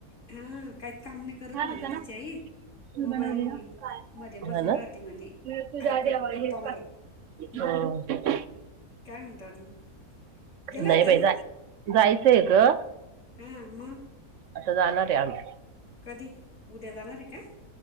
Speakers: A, on the left; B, on the right.
A: हम, काहीच काम नाही
B: छान
A: करत, म्हणे
B: होता ना
A: तिची आई.
B: तू
A: मोबाईल
B: बनवलेला काय
A: मध्ये बसून
B: हा ना
A: राहते म्हणे,
B: मी तुझ्या
A: ऐकत
B: आधी आवडली
A: गप्पा
B: हे
A: मारत.
B: का? <unintelligible>
A: हम्म, काय म्हणता, अजून गेल्या
B: नाही
A: होत्या
B: बाई
A: ना?
B: जाय जायचंय गं.
A: हा म.
B: आता जाणारे रे आज.
A: कधी उद्या जाणार आहे का?